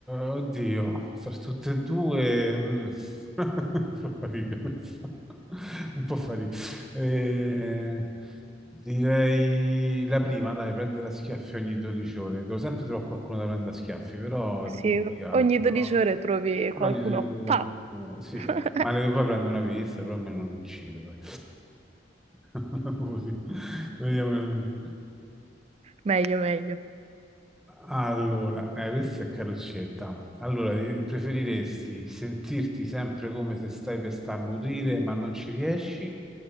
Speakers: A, in the centre; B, on the right.
A: oddio, fra tutte e due, mm. <laughs> Fa ridere questa. Un po' fa ridere. Eh, direi la prima, dai, prendere a schiaffi ogni 12 ore. Devo sempre trovare qualcuno da prendere a schiaffi, però
B: Sì,
A: è complicato.
B: ogni 12
A: Però,
B: ore trovi
A: però
B: qualcuno.
A: ogni 12 ore
B: Pa!
A: trovare qualcuno. Sì,
B: <laughs>
A: male che poi prendo una pizza, però almeno non uccido, dai. <laughs> Così. Vediamo.
B: Meglio, meglio.
A: Allora, eh, questa è caruccetta. Allora, di- preferiresti sentirti sempre come se stai per starnutire ma non ci riesci,